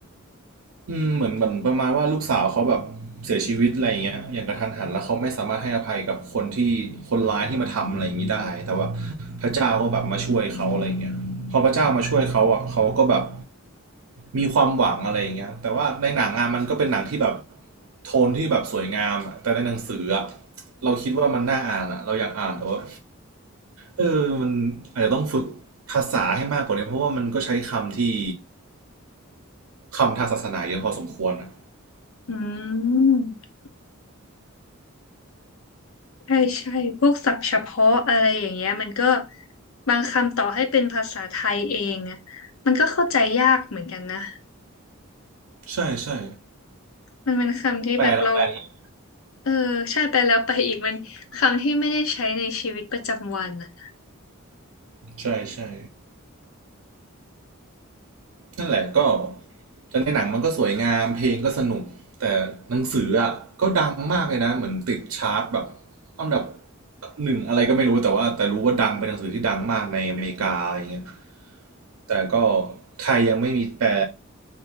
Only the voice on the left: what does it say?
อืม ใช่ใช่พวกศัพท์เฉพาะอะไรอย่างเงี้ยมันก็บางคำต่อให้เป็นภาษาไทยเองอ่ะมันก็เข้าใจยากเหมือนกันนะ
มันเป็นคำที่แบบเรา
เออใช่ไปแล้วไปอีกมันคำที่ไม่ได้ใช้ในชีวิตประจำวันอ่ะ